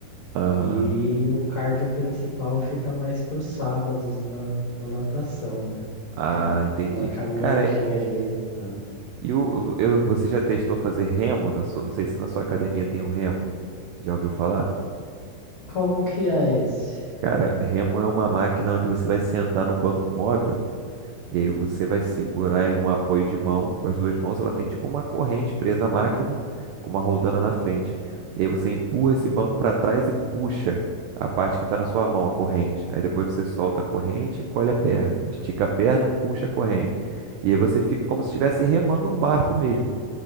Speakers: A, on the right; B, on the left.
A: Aham.
B: E o cardio principal fica mais para os sábados na, na natação, né? E
A: Ah,
B: cam-
A: entendi.
B: uma caminhadinha
A: Cara,
B: de vez em quando.
A: E o, eu, você já testou fazer remo na sua, não sei se na sua academia tem o remo. Já ouviu falar?
B: Como que é esse?
A: Cara, remo é uma máquina onde você vai sentar num banco móvel e aí você vai segurar em um apoio de mão com as duas mãos. Ela tem tipo uma corrente presa à máquina com uma roldana na frente. E aí você empurra esse banco para trás e puxa a parte que está na sua mão, a corrente. Aí depois você solta a corrente, e encolhe a perna, estica a perna, puxa a corrente. E aí você fica como se estivesse remando um barco mesmo.